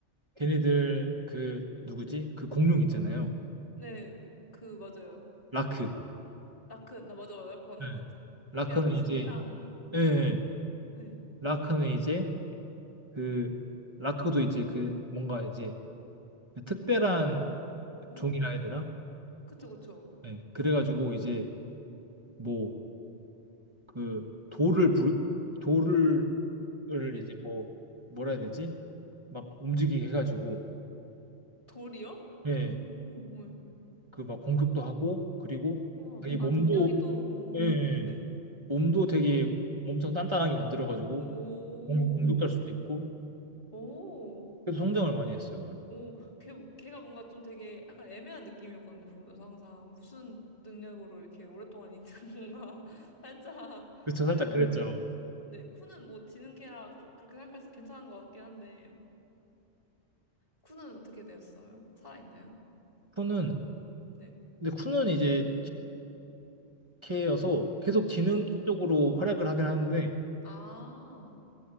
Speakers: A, on the right; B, on the left.
A: 걔네들 그 누구지? 그 공룡 있잖아요.
B: 네, 그, 맞아요.
A: 라크.
B: 라크였나? 맞아요. 라크 맞는
A: 네.
B: 것 같아요.
A: 라크는
B: 걔랑 쿤이랑
A: 이제 예, 예.
B: 네.
A: 라크는 이제 그 라크도 이제 그 뭔가 이제 그 특별한
B: 오,
A: 종이라 해야 되나?
B: 그쵸, 그쵸.
A: 예. 그래가지고 이제 뭐 그 돌을 부르 돌을
B: 네.
A: 이제 뭐 뭐라 해야 되지? 막 움직이게 해가지고
B: 돌이요?
A: 예.
B: 오, 네.
A: 그 막 공격도 하고 그리고
B: 와,
A: 자기 몸도
B: 아, 능력이 또, 오,
A: 예, 예.
B: 네.
A: 몸도 되게 몸청 단단하게 만들어가지고
B: 오,
A: 공- 공격할 수도 있고
B: 오,
A: 그래서 성장을 많이 했어요. 그리고
B: 오. 걔, 걔가 뭔가 좀 되게 약간 애매한 느낌이었거든요, 보면서 항상. 무슨 능력으로 이렇게 오랫동안 있는 <laughs> 건가. 살짝
A: 그쵸,
B: 그랬는데.
A: 살짝 그랬죠.
B: 네, 쿠는 뭐 지는 걔라 그렇- 그렇게 생각해서 괜찮은 것 같긴 한데. 쿠는 어떻게 됐어요? 살아있나요?
A: 쿠는
B: 네.
A: 근데 쿠는 이제 지능캐여서 계속 지능
B: 그쵸, 그쵸.
A: 쪽으로 활약을 하긴 하는데
B: 어, 아,